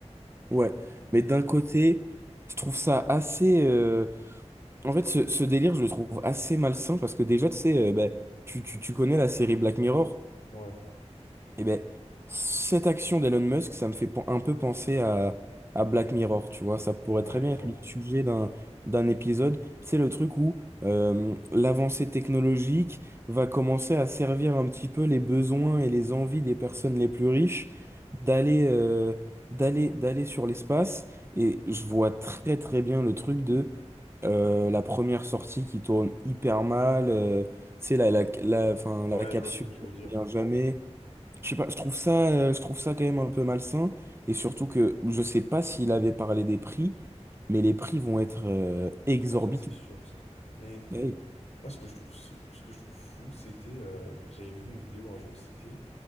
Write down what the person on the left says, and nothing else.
Ouais,
ouais,
je vois.
Ouais,
je vois ce que tu
veux dire.
Bah, ça, c'est sûr, ça. Mais
moi, ce que je trouve, sou- ce que je trouve fou, c'était, euh, j'avais vu une vidéo un jour, c'était